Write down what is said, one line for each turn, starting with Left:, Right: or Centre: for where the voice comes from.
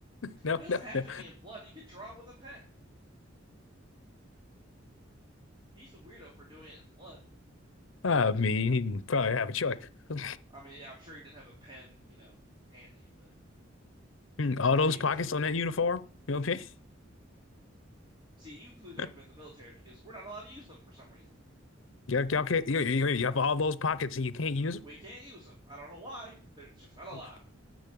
Left: No,
Right: It doesn't
Left: no,
Right: have
Left: no.
Right: to be in blood. You could draw it with a pen. He's the weirdo for doing it in blood.
Left: I mean, he probably have a choice. <laughs>
Right: I mean, yeah, I'm sure he didn't have a pen, you know, handy, but
Left: All those
Right: made
Left: pockets
Right: to.
Left: on that uniform. You know what I
Right: See, you could have never
Left: mean?
Right: been in the military because we're not allowed to use them for some reason.
Left: <laughs> Y'all, y'all can't. You, you, you have all those pockets and you can't use
Right: We can't use them. I don't know why. They're just not allowed.
Left: them.